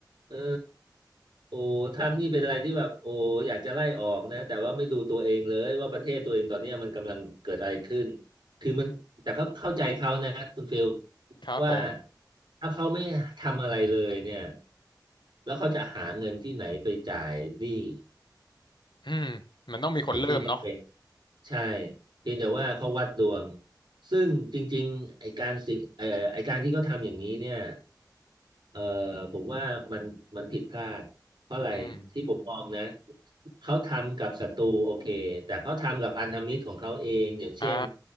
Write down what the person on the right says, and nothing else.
เออ โอ้ทำนี่เป็นอะไรที่แบบโอ้อยากจะไล่ออกนะแต่ว่าไม่ดูตัวเองเลยว่าประเทศตัวเองตอนเนี้ยมันกำลังเกิดอะไรขึ้นคือมันแต่เขาเข้าใจเขานะคุณฟิล
ว่าถ้าเขาไม่ทำอะไรเลยเนี่ยแล้วเขาจะหาเงินที่ไหนไปจ่ายหนี้
ไอ้ที่ก็เป็นใช่เพียงแต่ว่าเขาวัดดวงซึ่งจริงๆไอ้การสิเอ่อไอ้การที่เขาทำอย่างนี้เนี่ยเอ่อผมว่ามันมันผิดพลาดเพราะอะไรที่ผมมองนะ
เขาทำกับศัตรูโอเคแต่เขาทำกับพันธมิตรของเขาเองอย่างเช่น